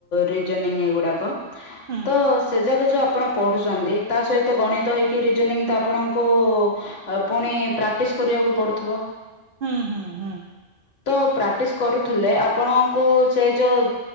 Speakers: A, on the left; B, on the right.
A: ରିଜନିଂ ଏଗୁଡାକ।
B: ହୁଁ
A: ତ ସେ ଯାକ ଯୋଉ ଆପଣ ପଢୁଛନ୍ତି ତା ସହିତ ଗଣିତ ହେଇକି ରିଜନିଂ ତ ଆପଣଙ୍କୁ ପୁଣି ପ୍ରାକ୍ଟିସ କରିବାକୁ ପଡୁଥିବ।
B: ହୁଁ ହୁଁ ହୁଁ।
A: ତ ପ୍ରାକ୍ଟିସ କରୁଥିଲେ ଆପଣଙ୍କୁ ସେ ଯୋଉ